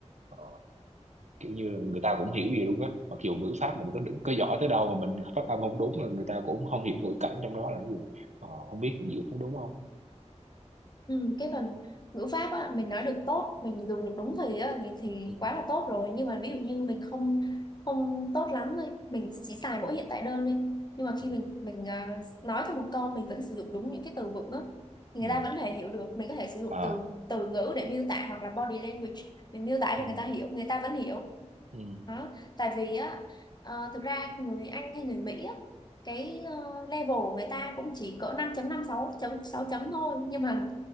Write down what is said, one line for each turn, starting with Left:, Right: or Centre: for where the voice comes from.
Right: ờ, kiểu như là người ta cũng hiểu gì luôn á mặc dù ngữ pháp mình có có giỏi tới đâu mà mình phát âm không đúng là người ta cũng không hiểu ngữ cảnh trong đó là cái gì ờ, không biết diễn có đúng không
Left: Ừ. cái phần ngữ pháp á, mình nói được tốt mình dùng được đúng thì á, thì
Right: ừ
Left: quá là tốt rồi nhưng mà ví dụ như mình không không tốt lắm thôi mình chỉ xài mỗi hiện tại đơn đi nhưng mà
Right: ừ
Left: khi mình mình à, nói theo một câu mình vẫn sử dụng đúng những cái từ vựng á thì
Right: ừ
Left: người ta vẫn thể hiểu được mình có thể sử dụng
Right: à
Left: từ từ ngữ để miêu tả hoặc là body language mình miêu tả
Right: ừ
Left: cho người ta hiểu người ta vẫn hiểu
Right: ừ
Left: Đó. Tại vì á ờ, thực ra người Anh hay người Mỹ á cái ờ, level của người ta cũng chỉ cỡ năm chấm năm sáu chấm 6 chấm thôi nhưng mà